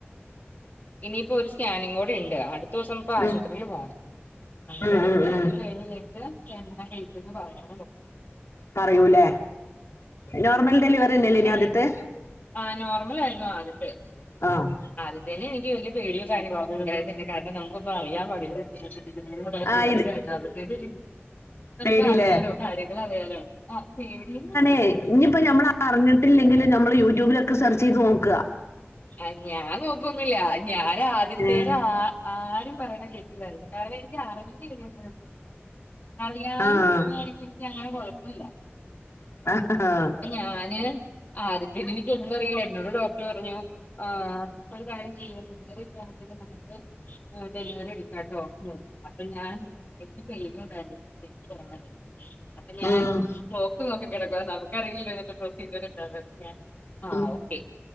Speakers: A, on the left; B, on the left.
A: ഇനിയിപ്പോ ഒരു സ്കാനിംഗ് കൂടെ ഇണ്ട് അടുത്ത ദിവസം ഇപ്പ ആശുപത്രി
B: ഉം
A: പോണം അങ്ങന
B: ഉം
A: ആ
B: ഉം
A: സ്കാനിൽ
B: ഉം
A: ഴിഞ്ഞ് കഴിഞ്ഞിട്ട് എന്ന ഡേറ്റ്പറയാ
B: പറയൂല്ലേ നോർമൽ ഡെലിവറി തന്നെയല്ലേ ഇനി
A: ണ്ടേ
B: ആദ്യത്തെ
A: ആഹ് നോർമല ആയിരുന്നു ആദ്യത്തേ.
B: ആഹ്
A: ആദ്യ തന്നെ എനിക്ക് വല്യ പേടിയോ കാര്യോങ്ങളോന്നുണ്ടായില്ല കാരണം നമുക്കൊന്നും അറിയാൻ പാടില്ലാർന്നു. <unintelligible>
B: ആ ഇത്
A: രണ്ടാമത്തെ തിന്.. നമുക്ക്
B: പേടിയില്ലേ
A: അറിയാലോ കാര്യങ്ങൾ അറിയാലോ ആ പേടി ഒന്നും
B: എ ഇനിയിപ്പോ ഞമ്മള അറിഞ്ഞിട്ടില്ലെങ്കിലും നമ്മള് യൂട്യൂബിലൊക്കെ സെർച്ച് ചെയ്ത് നോക്ക
A: ആഹ് ഞാൻ നോക്കുന്നില്ല ഞാൻ ആദ്യത്തേന്
B: ഉം
A: ആ ആരും പറയണ കേട്ടില്ലായിരുന്നു കാരണം എനിക്ക് അറിയാം അറിയാതെ
B: ആഹ്
A: ഇരിക്കയാണെങ്കിൽ എനിക്ക് അങ്ങനെ കുഴപ്പില്ല.
B: ആ ആഹ ഹ..
A: ഞാന് ആദ്യത്തെന് എനിക്കൊന്നും അറിയില്ല എന്നോട് ഡോക് ക്ട്ർ പറഞ്ഞു ആഹ് ഒരു കാര്യം ചെയ്യിം <unintelligible> നമുക്ക്. ആഹ് ഡെലിവറി എടുക്കാട്ടോ എന്ന്റഞ്ഞു അപ്പൊ ഞാൻ എനിക്ക് പേടി ഉണ്ടായിനു പൈനും ഉണ്ടായിന്നു അപ്പം ഞാൻ
B: ഉം
A: ത്ത് നോക്കി കെടക്കാ നമുക്ക് അറിയല്ലല്ലോ പ്രോസീചർ എന്താന്ന് ആഹ്
B: ഉം
A: ഒക്കെ